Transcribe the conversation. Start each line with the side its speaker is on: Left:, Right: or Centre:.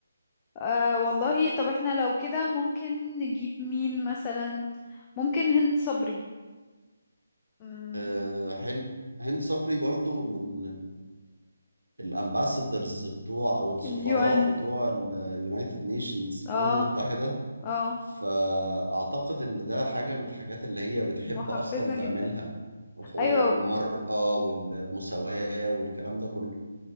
Left: آه والله طب احنا لو كده ممكن نجيب مين مثلا ممكن هند صبري مم،
Right: آه، حلو هند صبري برضو من الأمباسادرز بتوع أو السفراء
Left: اليوان
Right: بتوع اليونايتد نيشنز الأمم
Left: اه
Right: المتحدة
Left: اه
Right: فأعتقد إن ده حاجة من الحاجات اللي هي
Left: م-
Right: بتحب
Left: محفزة
Right: أصلا تعملها
Left: جدا
Right: وحقوق
Left: ايوه
Right: المرأة والمساواة والكلام ده كله